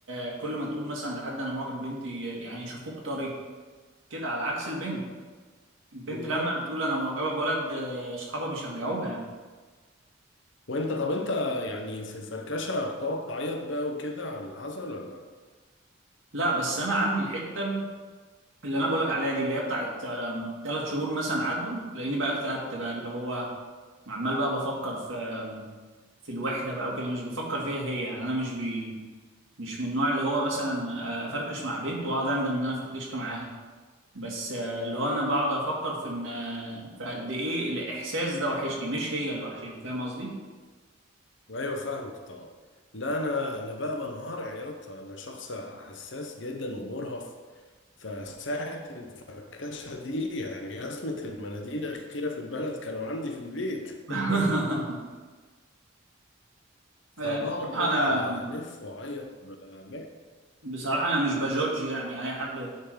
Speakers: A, on the right (about 75°); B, on the left (about 65°).
A: كل ما تقول مثلا لحد انا معجب بنتي يعني يشوفوك طري كده على عكس البنت البنت
B: بالظبط
A: لما بتقول انا معجبه بولد آه، صحابها بيشجعوها يعني
B: وانت طب انت يعني في الفركشة بتقعد تعيط بقى وكده على اللي حصل ولا
A: لا بس انا عندي الحته اللي انا بقولك عليها دي اللي هي بتاعت آم، ثلاث شهور مثلا عدوا لاني بقى اكتئبت بقى اللي هو عمال بقى بفكر في آم، في الوحده بقى وكده مش بفكر فيها هي يعني انا مش بي مش من النوع اللي هو مثلا آه، افركش مع بنت واقعد اندم ان انا فركشت معاها بس آه، اللي هو انا بقعد افكر في ان آه، في قد ايه الاحساس ده وحشني مش هي اللي وحشاني فاهم قصدي
B: ايوه فاهمك طبعا لا انا انا بقى بنهار عياط انا شخص حساس جدا ومرهف فساعة الفركشة دي يعني أزمة المناديل الأخيرة في البلد كانوا عندي في البيت
A: <laughs>
B: <laughs> فبقعد
A: آه، بصراحه
B: بقى
A: انا
B: أنف وأعيط بقى.
A: بصراحه انا مش بجوج يعني اي حد